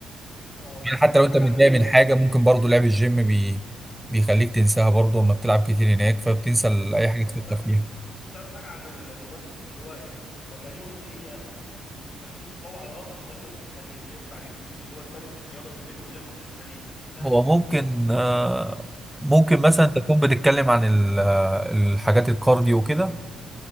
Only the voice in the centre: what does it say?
يعني حتى
لو انت
متضايق
من حاجه ممكن برضو لعب الجيم بي... بيخليك تنساها برضو اما بتلعب كتير هناك فبتنسى ال- اي
حاجه تفكر فيها
هو
ممكن آه، ممكن مثلا
تكون بتتكلم عن ال- آه، الحاجات الكارديو وكده